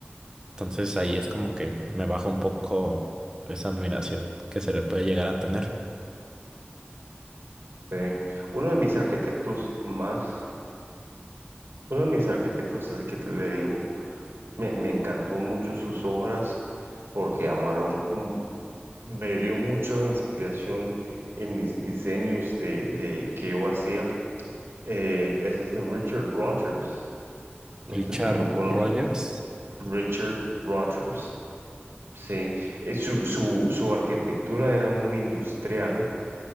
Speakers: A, on the right; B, on the right.
A: Entonces ahí es como que me baja un poco esa admiración que se le puede llegar a tener.
B: sí. Uno de mis arquitectos más, uno de mis arquitectos, así que te le digo, me, me encantó mucho sus obras porque amaron, mm, me dio mucha inspiración en mis diseños de, de que yo hacía. Eh, ese es de Richard Rogers, no
A: Richard
B: sé si lo conozco.
A: Rogers.
B: Richard Rogers, sí. Eh, su, su, su arquitectura era muy industrial.